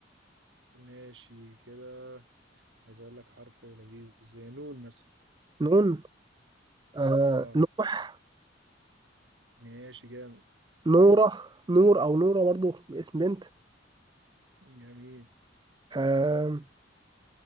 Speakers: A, on the right (about 70°); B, on the right (about 25°).
A: ماشي كده عايز اقول لك حرف لذيذ زي نون مثلا
B: نون آه
A: اه
B: نوح
A: ماشي جامد
B: نورة نور او نورة برضو باسم بنت
A: جميل
B: آه